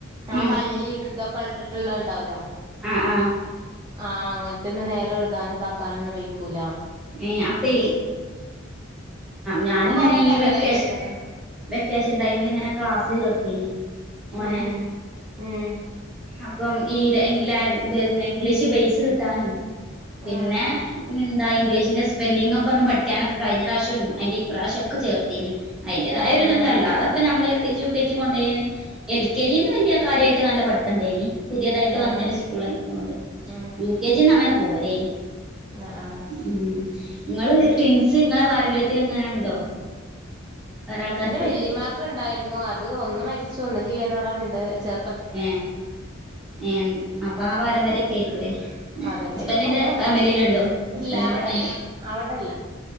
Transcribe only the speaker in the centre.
ഉം
അ ഹ
ഏ അപ്പൊ ഞാനിങ്ങനെ
ഈ
വെക്കേഷ
വെക്കേഷൻ ടൈമിൽ ഇങ്ങനെ ക്ലാസ്സില് ചേർത്തീനി ഓനെ
അപ്പം ഈ ല ല ഇംഗ്ലീഷ് ബെയസ് കിട്ടാനും പിന്നെ
<unintelligible> ആ ഇംഗ്ലീഷിന്റെ സ്പെല്ലിംഗ് ഒക്കെ ഒന്ന്പഠിക്കാനും കഴിഞ്ഞ പ്രാവശ്യം അയിന്റെ ഇപ്രാവശ്യം ചേർത്തിരുന്നു അയിന്റെതായ
ഒരു
ഇതുണ്ട് അല്ലാതെ പ്പൊ നമ്മള് K G U K G കൊണ്ടായിരുന്നു എൽകെജി വലിയ കാര്യായിട്ട് നല്ല പഠിത്തണ്ടായിരുന്നു. പുതിയതായിട്ട്
വന്നൊരു സ്കൂളല്ല അതുകൊണ്ട്
യു കെ ജിന്ന് അങ്ങനെ പോരേന്
ഉ നിങ്ങള് ൻസ് ഇങ്ങളെ പാരമ്പര്യത്തിൽ ഇങ്ങനെ ഉണ്ടോ വേറാൾക്കാർക്ക്
ഏ ഏ അപ്പൊ ആ പാരമ്പര്യംൊക്കെ ആയിരിക്കൂേ
ഹസ്ബൻറിിന്റെ ഫാമിലിണ്ടോ ഹബന്റെ
ഫ